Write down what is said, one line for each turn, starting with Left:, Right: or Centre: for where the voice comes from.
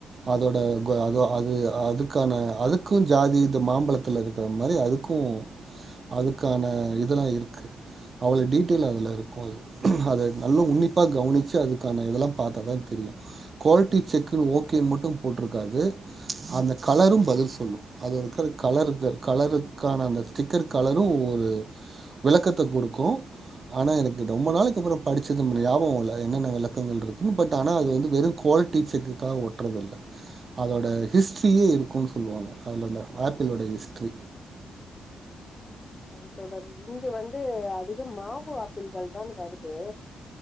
Right: அதோட அதோ அது அதுக்கான அதுக்கும் ஜாதி இந்த மாம்பழத்துல இருக்கிற மாதிரி அதுக்கும் அதுக்கான இதெல்லாம் இருக்கு அவ்ளோ டீட்டெயில் அதுல இருக்கும் அது அத நல்ல உன்னிப்பா கவனிச்சு அதுக் கான இதெல்லாம் பாத்தாதா தெரியும் குவாலிட்டி செக்கு ஓகேனு மட்டும் போட்ருக்காது அந்தக் கலரும் பதில் சொல்லும் அதுல இருக்கிற கலருக் கலருக்கான அந்த ஸ்டிக்கர் கலரும் ஒவ்வோரு விளக்கத்த குடுக்கும் ஆன எனக்கு ரொம்ப நாளைக்கப்பறோ படுச்சது எனக்கு ஞாபகம் இல்ல என்னென்ன கலர் <unintelligible> இருக்குமா பட் ஆனா அது வந்து வெறும் குவாலிட்டி செக்குக்காக ஒட்றதில்ல அதோட ஹிஸ்ட்ரியே இருக்குனு சொல்லுவாங்க அதோட ஆப்பிளோட ஹிஸ்ட்ரி
Left: சரி தொடர் இங்க வந்து அதிகம் மாவு ஆப்பிள்கள் தான் வருது